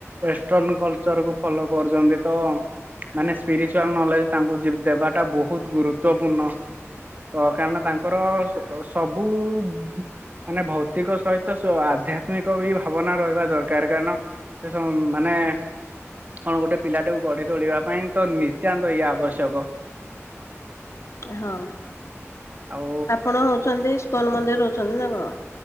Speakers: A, on the right; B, on the left.
A: ୱେଷ୍ଟର୍ଣ କଲଚରକୁ ଫଲୋ କରୁଛନ୍ତି ତ ମାନେ ସ୍ପିରିଚୁଆଲ ନଲେଜ ତାଙ୍କୁ ଦେବାଟା ବହୁତ ଗୁରୁତ ଗୁରୁତ୍ଵପୂର୍ଣ୍ଣ ତ କାରଣ ତାଙ୍କର ସବୁ ମାନେ ଭୌତିକ ସହିତ ଆଧ୍ୟାତ୍ମିକ ବି ଭାବନା ରହିବା ଦରକାର କାରଣ ସେ ସବ ମାନେ କଣ ଗୋଟେ ପିଲାଟାକୁ ଗଢି ତୋଳିବା ପାଇଁ ତ ନିତ୍ୟାନ୍ତ ଇଏ ଆବଶ୍ୟକ।
B: ହଁ
A: ଆଉ
B: ଆପଣ ହଉଛନ୍ତି ସ୍କନ ମନ୍ଦିର ହ ଛନ୍ତି ନା କଣ?